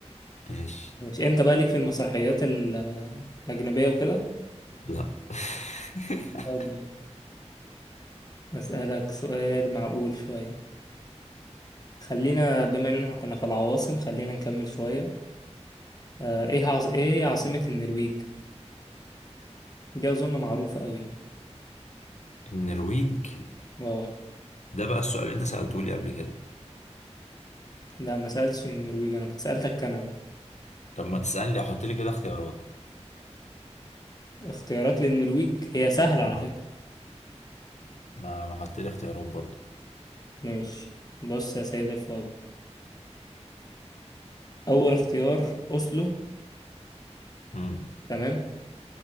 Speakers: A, on the left; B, on the left.
A: ماشي
B: ماشي انت بقى ليك في المسرحيات ال- الأجنبية وكده
A: لا <laughs>
B: طب ماشي. أسألك سؤال معقول شوية خلينا بما ان احنا كنا في العواصم خلينا نكمل شوية آه، ايه عاص... ايه هي عاصمة النرويج دي اظن معروفة قوي
A: النرويج
B: اه
A: ده بقى السؤال اللي انت سألته لي قبل كده
B: لا ما سألتش النرويج انا كنت سألتك كندا
A: طب ما تسألني احط لي كده اختيارات
B: اختيارات للنرويج هي سهلة على
A: آه.
B: فكرة
A: ما ما حط لي اختيارات برضو
B: ماشي بص يا سيد الفاضل اول اختيار اوسلو
A: امم
B: تمام